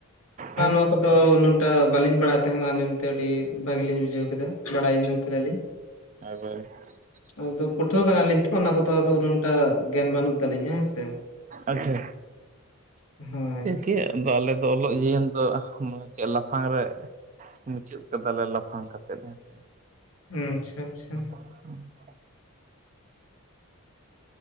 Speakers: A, on the right; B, on the left.
A: ᱦᱳᱭ
B: ᱟᱨ ᱱᱚᱣᱟ
A: ᱥᱮ
B: ᱠᱚᱫᱚ ᱩᱱᱟᱝᱴᱟᱜ ᱵᱟᱹᱞᱤᱧ ᱵᱟᱲᱟᱭ ᱛᱟᱦᱮᱸᱱᱟ ᱟᱸᱡᱚᱢ ᱛᱮ ᱟᱹᱰᱤ ᱵᱷᱟᱹᱜᱤ ᱞᱤᱧ ᱵᱩᱡᱷᱟᱹᱣ ᱠᱮᱫᱟ ᱵᱟᱲᱟᱭ ᱧᱚᱢᱮᱱᱟ ᱠᱮᱫᱟᱞᱤᱧ
A: <unintelligible>
B: ᱟᱫᱚ ᱯᱟᱹᱴᱷᱩᱣᱟᱹ ᱠᱟᱱᱟᱞᱤᱧ ᱛᱚ ᱚᱱᱟ ᱠᱚᱫᱚ ᱟᱫᱚ ᱩᱱᱟᱹᱜ ᱴᱟ ᱜᱮᱭᱟᱱ ᱵᱟᱹᱱᱩᱜ ᱛᱟᱹᱞᱤᱧᱟ ᱦᱮᱸ ᱥᱮ
A: ᱟᱪᱪᱷᱟ
B: ᱦᱳᱭ
A: <unintelligible> ᱟᱞᱮ ᱫᱚ ᱚᱞᱚᱜ ᱡᱤᱭᱚᱱ ᱫᱚ <unintelligible> ᱞᱟᱯᱷᱟᱝ ᱨᱮ ᱢᱩᱪᱟᱹᱫ ᱠᱟᱫᱟᱞᱮ ᱞᱟᱯᱷᱟᱝ ᱠᱟᱛᱮᱫ ᱦᱮᱸᱥᱮ
B: ᱦᱩᱸ ᱟᱪᱪᱷᱟ ᱟᱪᱪᱷᱟ
A: <inaudible>